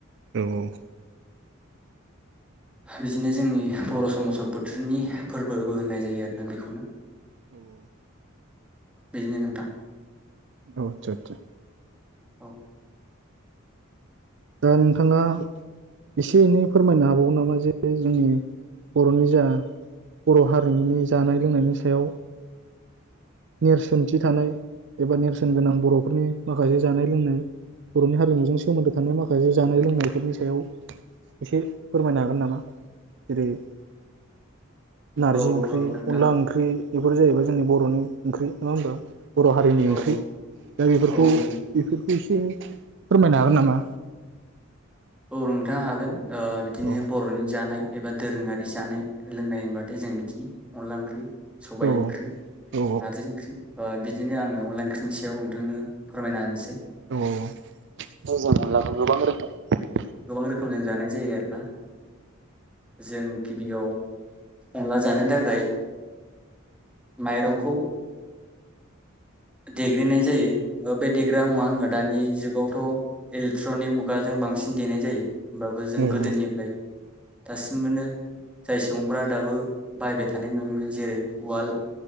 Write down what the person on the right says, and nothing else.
औ औ
औ औ
अ आतसा आतसा
दा नोंथाङा एसे एनै फोरमायनो हाबावो नामा जे जोंनि बर'नि जा बर' हारिमुनि जानाय लोंनायनि सायाव नेरसोनथि थानाय एबा नेरसोन गोनां बर'फोरनि माखासे जानाय लोंनाय बर'नि हारिमुजों सोमोन्दो थानाय माखासे जानाय लोंनायफोरनि सायाव एसे फोरमायनो हागोन नामा? जेरै - नारजि
ओंख्रि,
अनला ओंख्रि बेफोर जाहैबाय जोंनि बर'नि ओंख्रि नङा होमबा? बर' हारिनि ओंख्रि
दा बेफोरखौ
बे खौ एसे एनै फोरमायनो हागोन नामा?
औ
औ
औ
औ औ औ जों अनलाखौ गोबां रोखोम
औ
औ